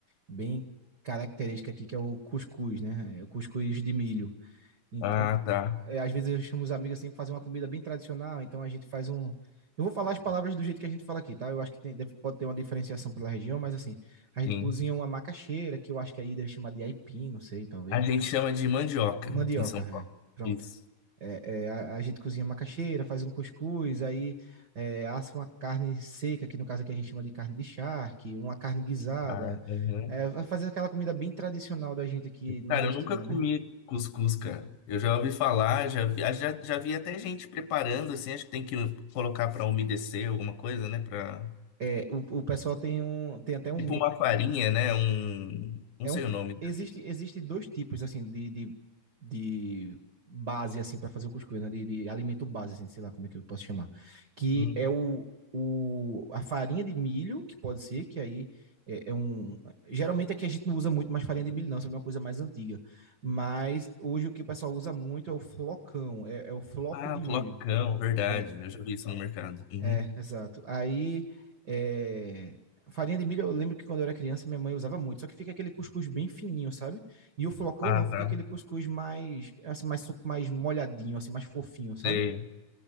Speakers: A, on the right; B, on the left.
A: bem característica aqui, que é o cuscuz, né? É o cuscuz de milho. Então,
B: Ah, tá,
A: é, às vezes eu chamo os amigos assim pra fazer uma comida bem tradicional, então a gente faz um. Eu vou falar as palavras do jeito que a gente fala aqui, tá? Eu acho que tem, deve, pode ter uma diferenciação pela região, mas assim, a gente
B: sim.
A: cozinha uma macaxeira, que eu acho que aí deve chamar de aipim, não sei, talvez.
B: A gente chama de mandioca
A: Mandioca,
B: aqui em São
A: é.
B: Paulo.
A: Pronto.
B: Isso.
A: É, é, a, a gente cozinha macaxeira, faz um cuscuz, aí é, assa uma carne seca, que no caso aqui a gente chama de carne de charque, uma carne guisada,
B: Ah, uhum.
A: é, fazer aquela comida bem tradicional da gente aqui nordestina,
B: Cara, eu nunca comi
A: né?
B: cuscuz, cara. Eu já ouvi falar, já vi, ah, já, já vi até gente preparando, assim, acho que tem que colocar pra umedecer alguma coisa, né? Pra,
A: É, o, o pessoal tem, um, tem até um
B: tipo uma farinha, né? Um, não
A: é
B: sei
A: um,
B: o nome. né?
A: existe, existe dois tipos, assim, de, de, de base, assim, para fazer o cuscuz, né? De, de alimento base, assim, sei lá como é que eu posso chamar. Que
B: Uhum.
A: é o, o, a farinha de milho, que pode ser, que aí é, é um. Geralmente aqui a gente não usa muito mais farinha de milho, não, isso é uma coisa mais antiga. Mas hoje o que o pessoal usa muito é o flocão, é, é o floco
B: Ah,
A: de
B: flocão,
A: milho.
B: verdade.
A: É.
B: Eu já vi isso no mercado. Uhum.
A: É, exato. Aí, é, farinha de milho, eu lembro que quando eu era criança, minha mãe usava muito, só que fica aquele cuscuz bem fininho, sabe? E o flocão
B: Ah,
A: não, fica
B: tá.
A: aquele cuscuz mais, assim, mais, su- mais molhadinho, assim, mais fofinho, sabe?
B: Sei.